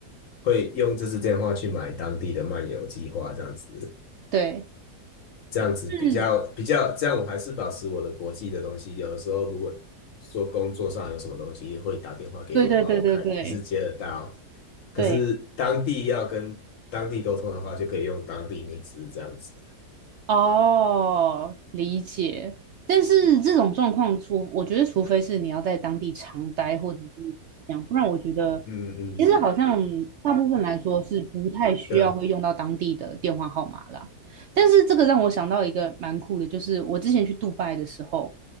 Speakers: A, on the left; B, on the right.
A: 会用这支电话去买当地的漫游计划这样子。
B: 对，
A: 这样子比较比较，
B: 嗯，
A: 这样我还是保持我的国际的东西。有的时候如果说工作上有什么东西会打电话给我的话，
B: 对对对对对
A: 我看也是接得到。可是当地要跟当地沟通的话，
B: 对，
A: 就可以用当地那支这样子。
B: 哦，理解。但是这种状况除，我觉得除非是你要在当地常待，或者是怎么样，不然我觉得
A: 嗯嗯，
B: 其实好像大部分来说是不太需要会用到当地的电话号码啦。
A: 对啊，
B: 但是这个让我想到一个蛮酷的，就是我之前去杜拜的时候，